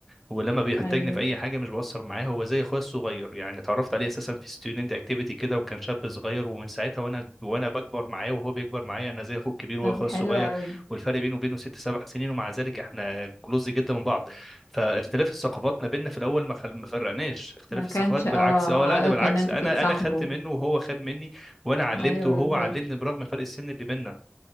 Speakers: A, in the centre; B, on the left.
A: ولما بيحتاجني
B: ايوه
A: في اي حاجه مش بقصر معاه هو زي اخويا الصغير يعني اتعرفت عليه اساسا في ستودنت اكتيفيتي كده وكان شاب صغير ومن ساعتها وانا وانا بكبر معاه وهو بيكبر معايا انا زي اخوه الكبير
B: طب
A: وهو اخويا
B: حلو
A: الصغير
B: قوي
A: والفرق بينه وبينه ست سبع سنين ومع ذلك احنا كلوز جدا من بعض فاختلاف الثقافات ما بيننا في الاول ما خل- ما فرقناش اختلاف
B: ما كانش
A: الثقافات بالعكس
B: اه
A: اه لا
B: عائق
A: ده بالعكس
B: ان انتوا
A: انا
B: تتصاحبوا
A: انا خدت منه وهو خد مني وانا علمته
B: ايوه
A: وهو
B: بالظبط
A: علمني برغم فرق السن اللي بيننا